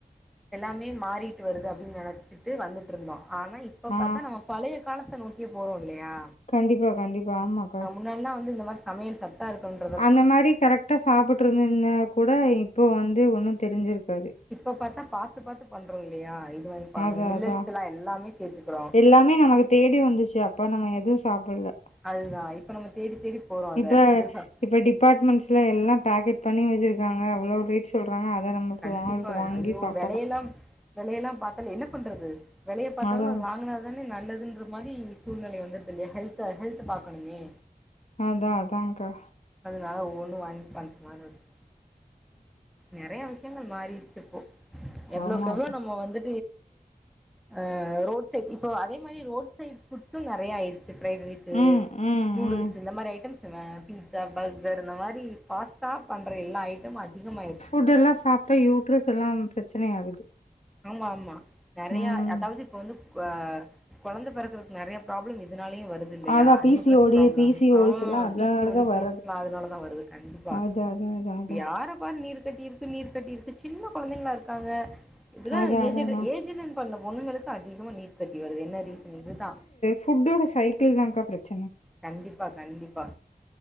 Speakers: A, in the centre; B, on the left.
A: எல்லாமே மாறிட்டு வருது அப்டின்னு நெனைச்சிட்டு வந்துட்டு இருந்தோம் ஆனா இப்ப
B: ஆ
A: பாத்தா நம்ம பழைய காலத்த நோக்கியே போறோம் இல்லையா
B: கண்டிப்பா கண்டிப்பா ஆமாக்கா
A: முன்னாடியெல்லா வந்து இந்த மாரி சமயல் சத்தா இருக்கனு
B: அந்த மாரி கரெக்டா சாப்ட்டு இருந்தா கூட இப்போ வந்து ஒண்ணு தெரிஞ்சிருக்காது
A: இப்ப பாத்தா பாத்து பாத்து பண்றோம இல்லையா இது வாங்கி பண்ணோம்
B: அதா
A: மில்லட்ஸ்ல்லா
B: அதா
A: எல்லாமே சேத்துகுறோ
B: எல்லாமே நம்மளுக் தேடி வந்துச்சு அப்பா நம்ம எது சாப்பட்ல
A: அதுதா இப்ப நம்ம தேடி தேடி போறோம் அத.
B: இப்ப
A: இதுதான்.
B: இப்ப டிபார்ட்மெண்ட்ஸ்ல எல்லா பேக்கெட் பண்ணி வச்சிருக்காங்க அவ்ளோ சொல்றாங்க அத நம்ம இப்ப
A: கண்டிப்பா
B: வாங்கிட்டு வாங்கி
A: ஐயோ
B: சாப்பிடுறோ
A: வெலையெல்லாம் வெலையெல்லாம் பாத்தாலே என்ன பண்றது வெலைய பாத்தாலு
B: அதா
A: வாங்குனா தானே நல்லதுகுற மாரி சூழ்நிலை வந்துட் இல்லையா ஹெல்த ஹெல்த பாக்கணுமே
B: அதா அதான்க்கா
A: அதனால ஒவ்வொனு வாங்கி பண்ற மாரி இருக்கு நெறைய விஷயங்கள் மாறிடிச்சி இப்போ எவ்ளோக்கு
B: ஆமாக்கா
A: எவ்ளோ நம்ம வந்து ஆ ரோட் சைட் இப்போ அதே மாரி ரோட் சைட் புட்சும் நெறைய ஆயிரு பிரைட் ரைஸ்சு
B: ம் ம்
A: நூடுல்ஸ்சு
B: ம்
A: இந்த மாரி ஐட்டம்ஸ் பீஸா பர்கர் இந்த மாரி பாஸ் ஸ்டாப் பண்ணுற எல்லா ஐட்டமு அதிகமாயிடுச்சி
B: அதெல்லா சாப் <unintelligible> யுட்ரெஸ் எல்லாம் பிரச்சனை ஆகுது
A: ஆமா ஆமா நெறைய
B: ம்
A: அதாவது இப்ப வந்து குவ கொழந்த பெறக்கறக்கு நெறைய ப்ராப்ளம் இதனாலயு வருது இல்லையா
B: அதா பி
A: நியூட்ரஸ்
B: சி ஓ
A: problem
B: D B C O
A: ஆ
B: எஸ் எல்லா அதனாலதா
A: பிசி ஓடி பீஸ்
B: வர்றது
A: லா அதனால தா வருது கண்டிப்பா
B: அதா அதா அதா
A: இப்ப
B: அதா
A: யாரப்பாரு நீர் கட்டியிருக்கு நீர் கட்டியிருக்கு சின்ன கொழந்தைங்களா இருக்காங்க இப்ப தா
B: அதா
A: ஏஜ்
B: அதா
A: எடு
B: அதா
A: ஏஜ் அட்டன் பண்ண பொண்ணுங்களுக்கு அதிகமா நீர் கட்டி வருது என்ன ரீசன் இதுதா
B: புட்டோட சைக்கிள் தாங்கா பிரச்சன
A: கண்டிப்பா கண்டிப்பா